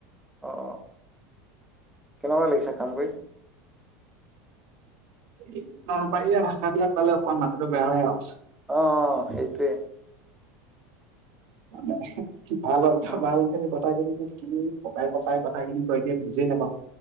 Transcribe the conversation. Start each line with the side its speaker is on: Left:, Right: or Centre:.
Centre: অ অ কেনেকুৱা লাগিছে কাম কৰি?
Right: ঠিকেই নলবাৰী ভাষা বিলাক পালে অকণমান মাথাটো বেয়া হৈ আও।
Centre: অহ সেইটোৱে।
Right: মানে ভাল
Centre: অ
Right: ভাল খিনি কথাখিনি কি পকাই পকাই কথাখিনি কৈ দিয়ে বুজেই নাপাওঁ।